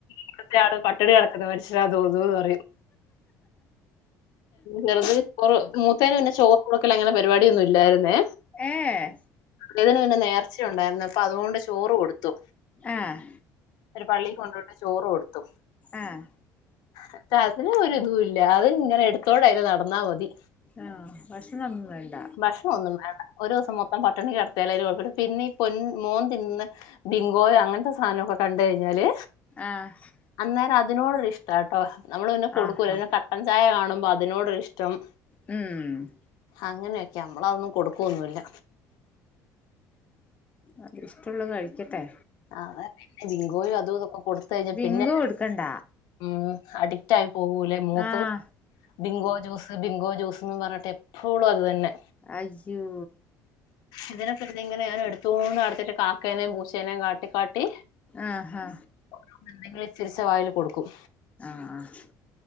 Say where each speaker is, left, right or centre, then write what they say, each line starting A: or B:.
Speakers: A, on the left; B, on the left.
A: ഇവിടുത്തെ ആള് പട്ടിണികിടക്കുന്ന മനുഷ്യനാ തോന്നൂന്ന് പ ചെറുത് ചോറ് മൂത്തേന് പിന്നെ ചോറ് കുറുക്കൽ അങ്ങനെ പരിപാടിയൊന്നും ഇല്ലായിരുന്നേ
B: ഏഹ്
A: ഇളേതിന്പിന്നെ നേർച്ച ഉണ്ടാരുന്നു അപ്പൊ അതുകൊണ്ട് ചോറ് കൊടുത്തു.
B: ആഹ്
A: ഒരു പള്ളിൽ കൊണ്ട് പോയിട്ട് ചോറ് കൊടുത്തു.
B: ആഹ്
A: പക്ഷെ അതിന് ഒരു ഇതുല്ല അതിന് ഇങ്ങനെ എടുത്തോണ്ടതിന് നടന്നാ മതി.
B: ആഹ് ഭക്ഷണൊന്നും വേണ്ട
A: ഭക്ഷണം ഒന്നും വേണ്ട ഒരു ദിവസം മൊത് ത്തം പട്ടിണി കിടത്തിയാലും അതിന് കുഴപ്പില്ല പിന്നെ ഇ പൊൻ മോൻ തിന്നന്ന ബിങ്കോയോ അങ്ങനത്തെ സാധനോക്കെ കണ്ടു കഴിഞ്ഞാല്
B: ആഹ്
A: അന്നേരം അതിനോടൊരു ഇഷ്ടാ ട്ടോ നമ്മള് പിന്നെ കൊടുക്കൂല
B: ആഹാ
A: പിന്നെ കട്ടൻ ചായ കാണുമ്പോ അതിനോടൊര് ഇഷ്ടം
B: ഉം
A: അങ്ങനെയൊക്കെയാ നമ്മള് അതൊന്നും കൊടുക്കൂ ഒന്നു ഇല്ല.
B: അത് ഇഷ്ടുള്ളത് കഴിക്കട്ടെ
A: ആന്ന് പിന്നെ ബിങ്കോയും അതും ഇതൊക്കെ കൊടുത്ത് ത്ത് കഴിഞ്ഞാ
B: ഡിങ്കു
A: പിന്നെ
B: കൊടുക്കണ്ട
A: ഉ അഡിക്റ്റ് ആയി പോകൂലേ മൂത്തത്
B: ആഹ്
A: ബിങ്കോ ജ്യൂസ് ബിങ്കോ ജ്യൂസ് എന്ന് പറഞ്ഞിട്ട് എപ്പോളും അത് തന്നെ
B: അയ്യോ
A: ഇതിനെപ്പിന്നെ ഇങ്ങനെ ഞാൻ എടുത്തോണ്ട് നടത്തീട്ട് കാക്കേനേം പൂച്ചേനേം കാട്ടിക്കാട്ടി
B: ആഹ് ഹാ
A: ഓ എന്തെങ്കിലും ഇച്ചരിച്ച വായില് കൊടുക്കും
B: ആഹ് ആഹ്